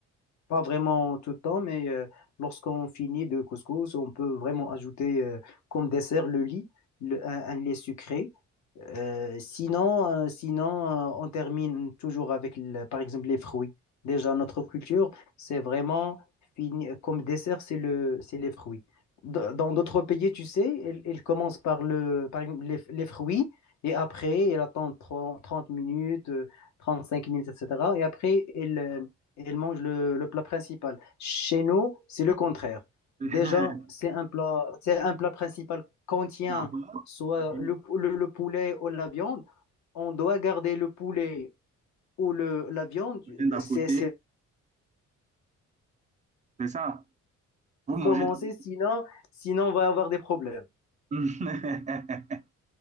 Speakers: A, on the left; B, on the right.
A: pas vraiment tout le temps, mais euh, lorsqu'on finit de couscous, on peut vraiment ajouter euh, comme dessert le lit, le- un, un lait sucré. Euh, sinon, euh, sinon euh, on termine toujours avec, le- par exemple, les fruits. Déjà, notre culture, c'est vraiment fini, comme dessert, c'est le, c'est les fruits. D- Dans d'autres pays, tu sais, ils, ils commencent par le, par exemple, les, les fruits et après, ils attendent 30, 30 minutes, euh, 35 minutes, etc. Et après, ils, euh, ils mangent le, le plat principal. Chez nous, c'est le contraire.
B: <laughs>
A: Déjà, c'est un plat, c'est un plat principal contient
B: d'abord,
A: soit
B: oui,
A: le, le- le poulet ou la viande, on doit garder le poulet ou le, la viande.
B: vient d'à
A: C'est,
B: côté,
A: c'est
B: c'est ça. Vous mangez
A: commencer,
B: d'abord.
A: sinon, sinon on va avoir des problèmes.
B: <laughs>